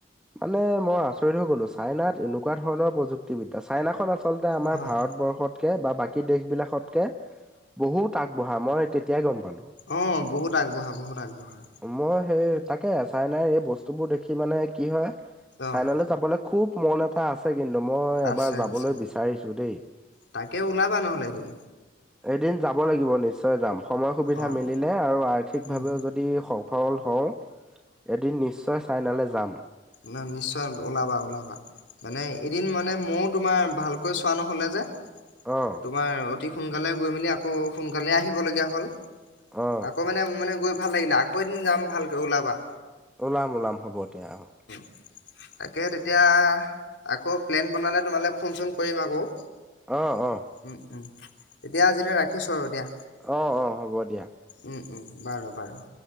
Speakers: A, in the centre; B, on the left.
A: মানে মই আচৰিত হৈ গ'লো চাইনাত এনেকুৱা ধৰণৰ প্ৰযুক্তিবিদ্যা চাইনাখন আচ আচলতে আমাৰ
B: হয়
A: ভাৰতবৰ্ষতকে বা বাকী দেশ বিলাকতকে বহুত আগবঢ়া মই তেতিয়া হে গম পালোঁ।
B: অ', বহুত আগবঢ়া বহুত আগবঢ়া।
A: মই সেই তাকে চাইনাই এই বস্তু বোৰ দেখি মানে কি হয় চাইনালৈ
B: অঁ
A: যাবলৈ। খুব মন এটা আছে। কিন্তু মই এবাৰ
B: আছে
A: যাবলৈ
B: আছে
A: বিচাৰিছোঁ দেই।
B: তাকে ওলাবা নহ'লে এদিন
A: এদিন যাব লাগিব নিশ্চয় যাম সময় সুবিধা
B: অঁ
A: মিলিলে আৰু আৰ্থিকভাৱেও
B: উম
A: যদি হওক। সফল হওঁ, এদিন নিশ্চয় চাইনালৈ যাম।
B: না নিশ্চয় ওলাবা, ওলাবা মানে এদিন মানে মওঁ তোমাৰ ভালকৈ চোৱা নহ'লে যে।
A: অ',
B: তোমাৰ অতি সোনকালে গৈ মেলি আকৌ সোনকালে আহিব লগীয়া হ'ল।
A: অ',
B: আকৌ মানে মোৰ মানে গৈ ভাল লাগিলে আকৌ এদিন যাম ভালকৈ ওলাবা।
A: উলাম, উলাম হ'ব। দিয়া অ',
B: <inaudible> তাকে, তেতিয়া আকৌ প্লেন বনালে তোমালৈ ফোন চোন কৰিম আকৌ।
A: অ', অ,
B: উম উম তেতিয়া আজিলৈ ৰাখিছোঁ আৰু দিয়া
A: অ' অ' হ'ব দিয়া।
B: উম বাৰু, বাৰু।